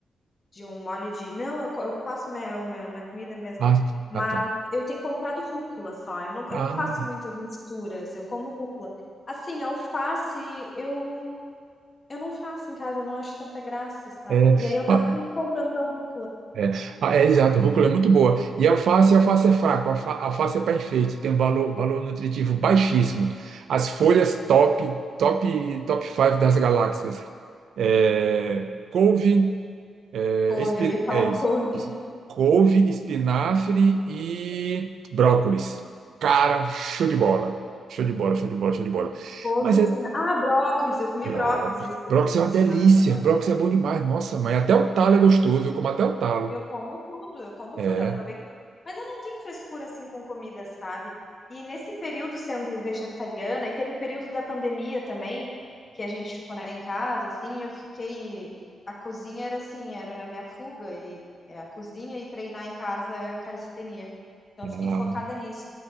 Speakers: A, on the left; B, on the right.
A: de um molho de. Não, eu, co- eu faço minha, minha, minha comida mesmo.
B: Ah,
A: Mas
B: ah, tá.
A: eu tenho comprado rúcula só. Eu não,
B: Ah,
A: eu não faço muitas misturas, eu como rúcula. Assim, alface eu, eu não faço em casa, eu não acho tanta graça, sabe?
B: é.
A: E aí eu acabo
B: Ah,
A: sempre comprando a rúcula.
B: É, Ah, é, exato, rúcula é muito boa. E alface, alface é fraco, alfa- alface é para enfeite, tem um valor, valor nutritivo baixíssimo. As folhas top, top, top 5 das galáxias. É, couve, é,
A: Couve,
B: espi-
A: eu ia falar
B: é isso,
A: <laughs> couve.
B: isso. Couve, espinafre e brócolis. Cara, show de bola. Show de bola, show de bola, show de bola.
A: Couve,
B: Mas é
A: espina- Ah, brócolis, eu comi
B: brócolis.
A: brócolis esse
B: Brócolis é
A: esse
B: uma delícia.
A: final de semana.
B: Brócolis é bom demais. Nossa, mãe, até o talo é gostoso. Eu como até o talo.
A: Eu como tudo, eu como
B: É.
A: tudo, eu aproveito. Mas eu não tenho frescura assim com comida, sabe? E nesse período sendo vegetariana, e teve o período da pandemia também, que a gente ficou, né, em casa, assim, eu fiquei. A cozinha era assim, era a minha fuga, e é a cozinha e treinar em casa é calistenia. Então
B: Ah,
A: eu fiquei focada nisso.